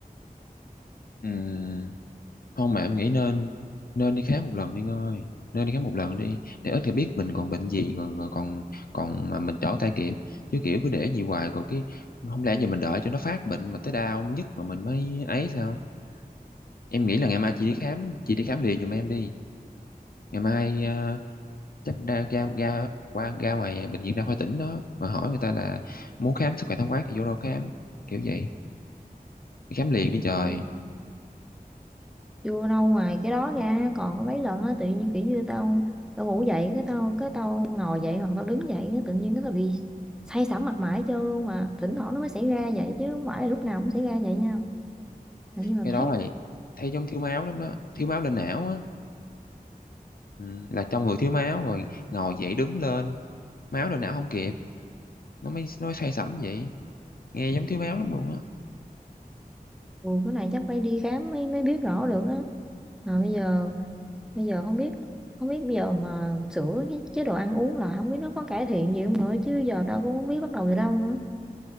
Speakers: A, on the left (about 70°); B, in the centre.
A: Ừm, không mà em nghĩ nên nên đi khám một lần đi Ngân ơi nên đi khám một lần đi để ít người biết mình còn bệnh gì rồi, rồi còn còn mà mình trở tay kịp chứ kiểu cứ để gì hoài rồi cái không lẽ giờ mình đợi cho nó phát bệnh mà tới đau nhất rồi mình mới ấy sao em nghĩ là ngày mai chị đi khám chị đi khám liền giùm em đi ngày mai ờ, chắc ra ra ra qua ra ngoài bệnh viện đa khoa tỉnh đó mà hỏi người ta là muốn khám sức khỏe tổng quát thì vô đâu khám kiểu vậy đi khám liền đi trời
B: rồi vô đâu ngoài cái đó ra còn có mấy lần á tự nhiên kiểu như tao tao ngủ dậy cái tao cái tao ngồi dậy hoặc tao đứng dậy á, tự nhiên cái tao bị say sẩm mặt mày hết trơn luôn mà thỉnh thoảng nó mới xảy ra vậy chứ không phải là lúc nào cũng xảy ra vậy nha Mà nhưng mà
A: cái
B: thấy
A: đó là thấy giống thiếu máu lắm đó thiếu máu lên não á ừ, là trong người thiếu máu rồi ngồi dậy đứng lên máu lên não không kịp nó mới nó mới say sẩm vậy nghe giống thiếu máu lắm luôn á
B: ừ, cái này chắc phải đi khám mới mới biết rõ được á mà bây giờ bây giờ không biết không biết bây giờ mà sửa cái chế độ ăn uống là không biết nó có cải thiện gì không nữa chứ giờ tao cũng không biết bắt đầu từ đâu nữa